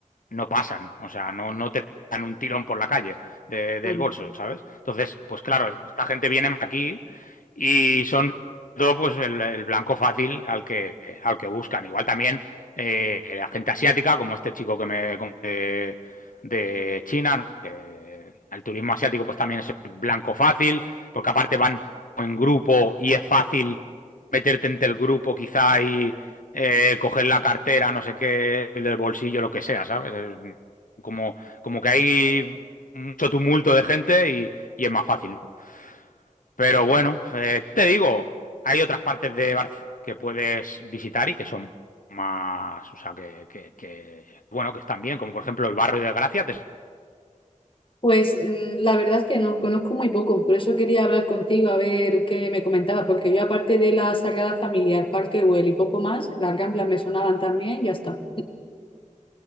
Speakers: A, on the left; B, on the left.
A: no pasan, o sea, no, no te pegan un tirón por la calle de-
B: claro.
A: del bolso, ¿sabes? Entonces, pues claro, esta gente viene aquí y son todo pues el, el blanco fácil al que, al que buscan. Igual también eh, la gente asiática, como este chico que me conté de China, ¿no? el turismo asiático pues también es el blanco fácil, porque aparte van en grupo y es fácil meterte entre el grupo quizá y eh, coger la cartera, no sé qué, del bolsillo, lo que sea, ¿sabes? Es como, como que hay mucho tumulto de gente y, y es más fácil. ¿no? Pero bueno, eh, te digo, hay otras partes de Barcelona que puedes visitar y que son más, o sea, que, que, que, bueno, que están bien, como por ejemplo el barrio de Gracia, te
B: Pues mm, la verdad es que no, conozco muy poco, por eso quería hablar contigo a ver qué me comentaba, porque yo aparte de la Sagrada Familia, el Parque Güell y poco más, las Ramblas me sonaban también, ya está.